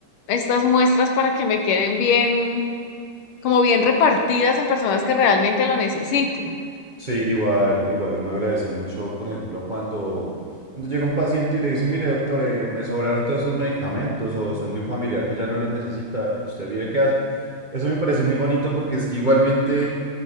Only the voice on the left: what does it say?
estas muestras para que me queden bien, como bien repartidas en personas que realmente lo necesiten?